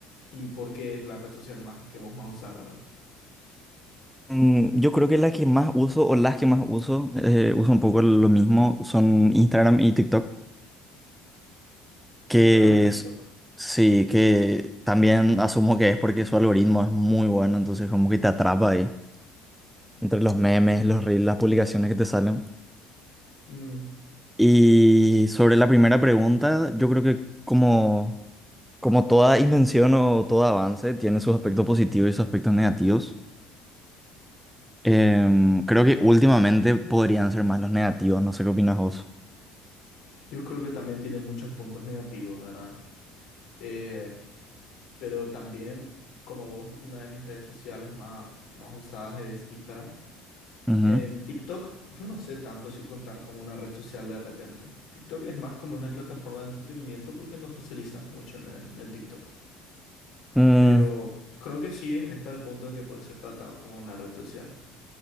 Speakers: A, on the left; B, in the centre.
A: y por qué es la red social más que vos más usás, ¿verdad?
B: Mm, Yo creo que la que más uso o las que más uso, eh, uso un poco lo mismo, son Instagram y TikTok, que
A: Instagram y TikTok.
B: es- sí, que también asumo que es porque su algoritmo es muy bueno, entonces como que te atrapa ahí, entre los memes, los reels, las publicaciones que te salen.
A: Mm,
B: Y sobre la primera pregunta, yo creo que como, como toda invención o todo avance, tiene sus aspectos positivos y sus aspectos negativos. Em, creo que últimamente podrían ser más los negativos, no sé qué opinas vos.
A: yo creo que también tiene muchos puntos negativos, ¿verdad? Eh, pero también, como vos, una de mis redes sociales más, más usadas es Instagram.
B: Ujú.
A: Em, TikTok, yo no sé tanto si contar como una red social de repente. TikTok es más como una plataforma de entretenimiento porque no socializas mucho en, en- en TikTok.
B: Mm,
A: Pero creo que sí está el punto de que puede ser tratado como una red social.